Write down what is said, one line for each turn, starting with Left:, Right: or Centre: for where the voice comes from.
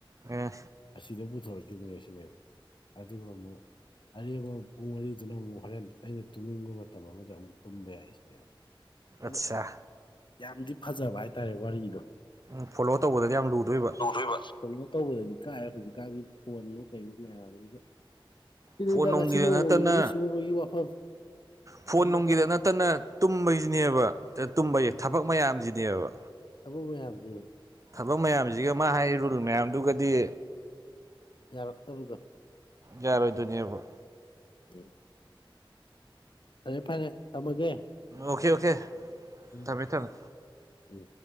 Right: ꯑꯦ
Left: ꯑꯁꯤꯗ ꯄꯨꯊꯣꯔꯛꯈꯤꯕꯅꯦ ꯁꯤꯅꯦꯕ ꯑꯗꯨꯒ ꯑꯃꯨꯛ ꯑꯔꯦꯝꯕ ꯄꯨꯡ ꯃꯔꯤꯗꯨꯅ ꯑꯃꯨꯛ ꯍꯣꯔꯦꯟ ꯑꯩꯅ ꯇꯨꯝꯅꯤꯡꯕ ꯃꯇꯝ ꯑꯃꯗ ꯑꯃꯨꯛ ꯇꯨꯝꯕ ꯌꯥꯏ <unintelligible> ꯑꯗꯣ
Right: ꯑꯠꯁꯥ
Left: ꯌꯥꯝꯗꯤ ꯐꯖꯕ ꯍꯥꯏꯇꯥꯔꯦ ꯋꯥꯔꯤꯗꯣ
Right: ꯎꯝ ꯐꯣꯂꯣ ꯇꯧꯕꯗꯗꯤ ꯌꯥꯝ ꯂꯨꯗꯣꯏꯕ
Left: ꯇꯨꯗꯣꯢꯕ ꯀꯩꯅꯣ ꯇꯧꯕꯗꯗꯤ ꯀꯥꯏꯌꯦꯕ ꯍꯧꯖꯤꯛꯀꯥꯟꯒꯤ ꯐꯣꯟ ꯋꯣ ꯀꯩ ꯋꯣ ꯃꯌꯥꯝꯖꯤꯒ ꯁꯤꯅꯤꯗ
Right: ꯐꯣꯟ ꯅꯨꯡꯒꯤꯗ
Left: ꯉꯁꯤ ꯅꯣꯡꯃꯒꯤ
Right: ꯅꯠꯇꯅ
Left: ꯂꯧꯎ ꯁꯤꯡꯎꯕꯒꯤ ꯋꯥꯐꯝ
Right: ꯐꯣꯟ
Left: ꯊꯝꯃꯒꯦ
Right: ꯅꯨꯡꯒꯤꯗ ꯅꯠꯇꯅ ꯇꯨꯝꯕꯩꯖꯨꯅꯦꯕ ꯗ ꯇꯨꯝꯕꯌꯦ
Left: ꯑ
Right: ꯊꯕꯛ ꯃꯌꯥꯝꯖꯤꯅꯦꯕ
Left: ꯊꯕꯛ ꯃꯌꯥꯝꯖꯦ
Right: ꯊꯕꯛ ꯃꯌꯥꯝꯖꯤꯒ ꯃꯥ ꯍꯥꯏ ꯔꯨꯜ ꯃꯌꯥꯝꯗꯨꯒꯗꯤ
Left: ꯌꯥꯔꯛꯇꯕꯗꯣ
Right: ꯌꯥꯔꯣꯏꯗꯨꯏꯅꯦꯕ
Left: ꯎꯝ ꯐꯔꯦ ꯐꯔꯦ ꯊꯝꯃꯒꯦ
Right: ꯑꯣꯈꯦ ꯑꯣꯈꯦ
Left: <inaudible>
Right: ꯊꯝꯃꯦ ꯊꯝꯃꯦ
Left: ꯎꯝ